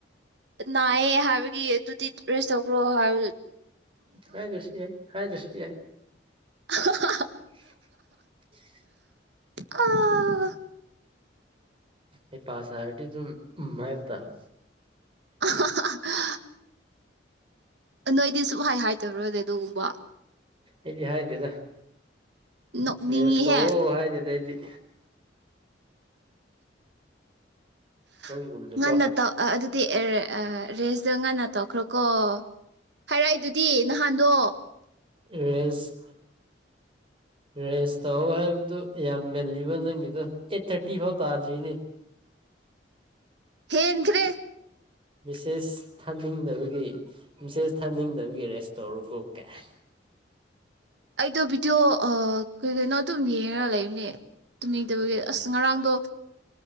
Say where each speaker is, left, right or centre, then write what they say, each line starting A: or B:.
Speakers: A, on the right; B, on the right.
A: ꯅꯥꯏꯌꯦ ꯍꯥꯏꯕꯒꯤ ꯑꯗꯨꯗꯤ ꯔꯦꯁ ꯇꯧꯈ꯭ꯔꯣ ꯍꯥꯏ
B: ꯍꯥꯏꯗ꯭ꯔꯁꯨ ꯌꯥꯏ ꯍꯥꯏꯗ꯭ꯔꯁ ꯌꯥꯏ
A: ꯑꯍ ꯍꯥꯍꯥ
B: <inaudible>
A: ꯑꯥ
B: ꯍꯩꯄꯥꯁꯥꯔꯗꯤ ꯗꯨꯝ ꯎꯝ ꯍꯥꯏꯕ ꯇꯥꯕ
A: ꯑꯍ ꯍꯥ ꯍꯥ ꯅꯣꯏꯗꯤ ꯁꯨꯛꯍꯥꯏ ꯍꯥꯏꯗꯕ꯭ꯔꯅꯦ ꯑꯗꯨꯒꯨꯝꯕ
B: ꯑꯩꯗꯤ ꯍꯥꯏꯗꯦꯗ
A: ꯅꯣꯛꯅꯤꯡꯉꯤꯍꯦ
B: ꯔꯦꯁꯇꯧꯑꯣ ꯍꯥꯏꯗꯦꯗ ꯑꯩꯗꯤ
A: <inaudible>
B: ꯅꯪꯒꯨꯝꯅꯀꯣ
A: ꯉꯟ ꯅꯠꯇ ꯑꯗꯨ ꯑꯗꯨꯗꯤ ꯑꯦꯔ ꯑ ꯔꯦꯁꯇꫭ ꯉꯟꯅ ꯇꯧꯈ꯭ꯔꯣꯀꯣ ꯍꯥꯏꯔꯛꯏ ꯗꯨꯗꯤ ꯅꯍꯥꯟꯗꯣ
B: ꯔꯦꯁ ꯔꯦꯁ ꯇꯧ ꯍꯥꯏꯕꯗꯨ‌ ꯌꯥꯝ ꯉꯜꯂꯤꯕ ꯅꯪꯒꯤꯗꫭ ꯑꯩꯠ ꯊꯥꯔꯇꯤ ꯐꯥꯎ ꯇꯥꯗ꯭ꯔꯤꯅꯦ
A: ꯍꯦꯟ ꯈ꯭ꯔꯦ
B: ꯃꯤꯁꯦꯁ ꯊꯥꯅꯤꯡꯗꯕꯒꯤ ꯃꯤꯁꯦꯁ ꯊꯥꯅꯤꯡꯗꯕꯒꯤ ꯔꯦꯁ ꯇꯧꯔꯣ ꯀꯣ ꯀꯥꯏꯅ
A: ꯑꯩꯗꯣ ꯚꯤꯗꯤꯑꯣ ꯑ ꯀꯩ ꯀꯩꯅꯣ ꯑꯗꯨꯝ ꯌꯦꯡꯔ ꯂꯩꯕꯅꯦ ꯇꯨꯝꯅꯤꯡꯗꯕꯒꯤ
B: ꯀꯥꯏꯅ
A: ꯑꯁ ꯉꯔꯥꯡꯗꯣ